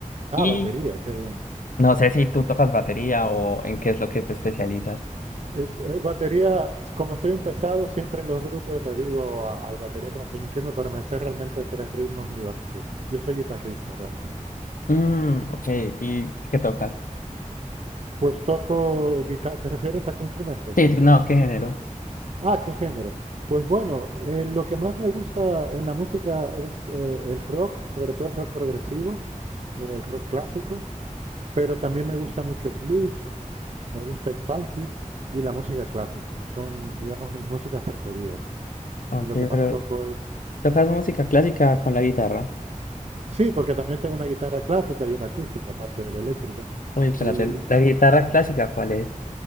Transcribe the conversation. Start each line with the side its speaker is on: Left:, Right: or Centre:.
Right: Ah,
Left: Y
Right: batería, qué bien.
Left: no sé si tú tocas batería o en qué es lo que te especializas.
Right: Eh, eh, batería, como soy un pesado, siempre en los grupos le digo a- al batería que me enseñe un ritmo, pero me sé realmente tres ritmos muy básicos. Yo soy guitarrista realmente.
Left: Mm, ok, ¿y qué tocas?
Right: Pues toco guitarra. ¿Te refieres a qué instrumento?
Left: Sí, no, ¿qué género?
Right: Ah, ¿qué género? Pues bueno, eh, lo que más me gusta en la música es eh, el rock, sobre todo el rock progresivo o el rock clásico, pero también me gusta mucho el blues. me gusta el funky y la música clásica. Son, digamos, mis músicas preferidas.
Left: Ok,
Right: Y lo que más
Left: pero
Right: toco es...
Left: ¿tocas música clásica con la guitarra?
Right: Sí, porque también tengo una guitarra clásica y una acústica, aparte de la eléctrica.
Left: Uy, espérate,
Right: Y
Left: ¿la guitarra clásica cuál es?